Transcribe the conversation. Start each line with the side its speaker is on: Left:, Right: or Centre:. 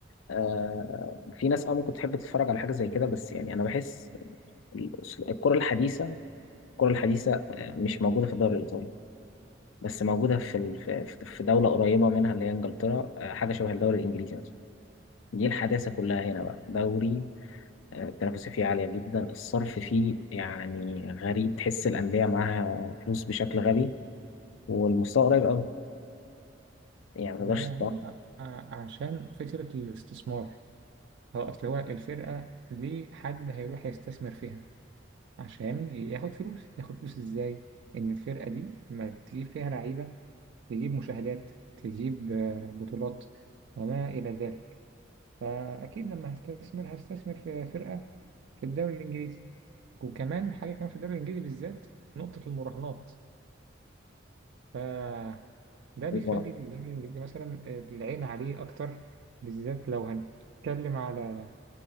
Left: آه في ناس اه ممكن تحب تتفرج على حاجة زي كده بس يعني انا بحس الأسل- الكرة الحديثة الكرة الحديثة آه، مش موجودة في الدوري الإيطالي بس موجودة في ال- في في- في دولة قريبة منها اللي هي إنجلترا آه، حاجة شبه الدوري الإنجليزي مثلا دي الحداثة كلها هنا بقى دوري آه، التنافسية فيه عالية جدا الصرف فيه يعني غريب تحس الأندية معاها فلوس بشكل غبي والمستوى قريب أوي يعني متقدرش
Right: ما
Left: تتوقع
Right: هو ع- عشان فكرة الاستثمار هو أصل هو الفرقة ليه حد هيروح يستثمر فيها عشان ياخد فلوس ياخد فلوس ازاي ان الفرقه دي ما تجيب فيها لعيبه تجيب مشاهدات تجيب آه، بطولات وما الى ذلك فاكيد لما هستثمر هستثمر في فرقه في الدوري الانجليزي وكمان حاجه كمان في الدوري الانجليزي بالذات نقطه المراهنات فده بيخلي
Left: إيه المرا-
Right: الدوري الانجليزي مثلا آه، العين عليه اكتر بالذات لو هنتكلم على